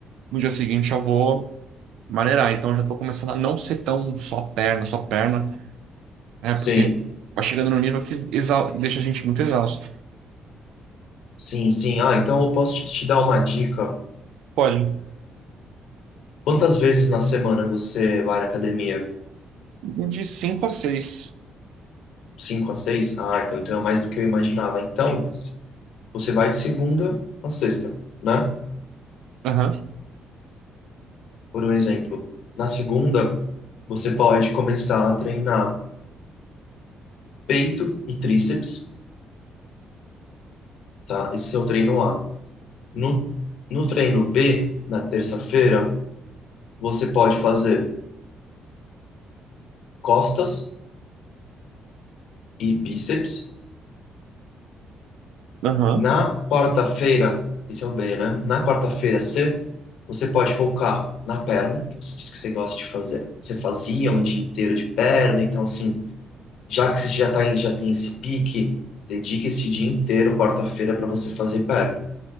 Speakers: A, on the right; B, on the left.
A: no dia seguinte eu vou maneirar. Então, já tô começando a não ser tão só perna, só perna, né?
B: Sim,
A: Porque vai chegando num nível que exa- deixa a gente muito exausto.
B: sim, sim. Ah, então eu posso te te dar uma dica.
A: Pode.
B: Quantas vezes na semana você vai na academia?
A: De cinco a seis
B: Cinco a seis? Ah, então, então é mais do que eu imaginava. Então, você vai de segunda a sexta, né?
A: Aham.
B: Por um exemplo. Na segunda, você pode começar a treinar peito e tríceps, tá? Esse é o treino A. No, no treino B, na terça-feira, você pode fazer costas e bíceps.
A: Aham.
B: Na quarta-feira, esse é o B, né? Na quarta-feira, C, você pode focar na perna, que você disse que você gosta de fazer. Você fazia um dia inteiro de perna, então assim, já que você já tá em, já tem esse pique, dedica esse dia inteiro, quarta-feira, para você fazer perna,